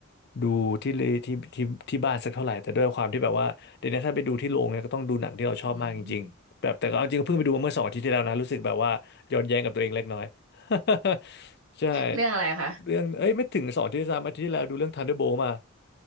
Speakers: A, on the left (about 55°); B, on the right (about 85°).
A: ดูที่เลยที่ที่ที่บ้านสักเท่าไหร่แต่ด้วยความที่แบบว่าเดี๋ยวนี้ถ้าไปดูที่โรงเนี่ยก็ต้องดูหนังที่เราชอบมากจริงๆแบบแต่ก็เอาจริงก็เพิ่งไปดูมาเมื่อสองอาทิตย์ที่แล้วนะรู้สึกแบบว่าย้อนแย้งกับตัวเองเล็กน้อย
B: อืม
A: <laughs> ใช่
B: เรื่องอะไรคะ
A: เรื่องเอ้ยไม่ถึงสองอาทิตย์สามอาทิตย์ที่แล้วดูเรื่อง Thunderbolt มา